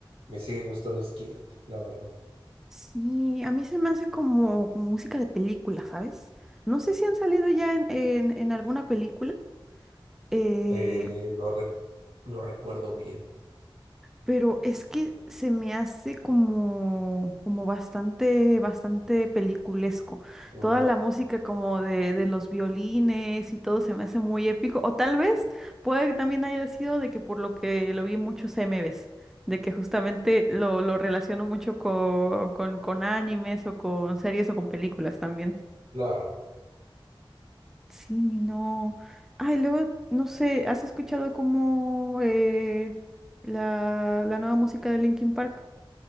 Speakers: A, on the right; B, in the centre.
A: me sigue gustando Skillet, la verdad.
B: Sí, a mí se me hace como, como música de película, ¿sabes? No sé si han salido ya en, en, en alguna película. eh,
A: Eh, no, re- no recuerdo bien.
B: Pero es que se me hace como, como bastante, bastante peliculesco.
A: Ujú,
B: Toda la música como de, de los violines y todo se me hace muy épico. O tal vez puede que también haya sido de que por lo que lo vi en muchos MVs, de que justamente lo, lo relaciono mucho con con, con animes o con series o con películas también.
A: Claro.
B: Sí, no. Ay, luego, no sé, ¿has escuchado como eh, la, la nueva música de Linkin Park?